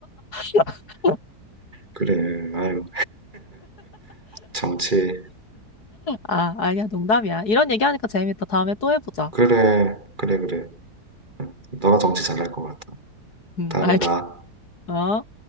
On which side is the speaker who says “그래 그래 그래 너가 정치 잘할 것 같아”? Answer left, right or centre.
Right